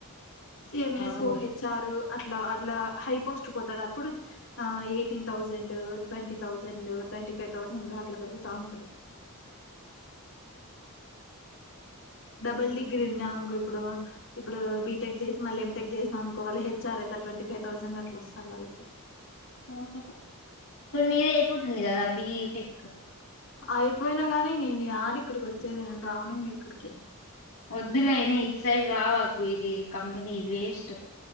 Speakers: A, on the left (about 65°); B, on the left (about 85°).
A: ఎంఎస్
B: అవు
A: ఓ హెచ్ఆర్ అట్లా ఆన్ ఇలా హైపోస్ట్ కొట్టటప్పుడు ఆ ఎయిటిన్ థౌసండ్ ట్వంటీ థౌసండ్ రెండు ట్వంటీఫైవ్ థౌసండ్ అట్లా పెరుగుతా ఉంటది డబుల్ డిగ్రీ ఉన్నా అనుకో ఇప్పుడు ఇప్పుడు బీటెక్ జెసి మళ్ళీ ఎంటెక్ జెసినా అనుకో వాళ్ళు హెచ్ఆర్ అయితే ట్వంటీ ఫైవ్ థౌసండ్ అట్లా వస్థాయి వాళ్ళకి
B: హ హ ఇప్పుడు నీదె అయిపోతుంది కదా బిటెక్
A: అయిపోయినా కాని ని నే యాడికి ఇక్కడికి వచ్చేదియ్ నేన్ రాన్నిన్ ఎక్కడికి
B: వద్దులైనా ఇటు సైడ్ రావాలి ఇది కంపెనీ వేస్ట్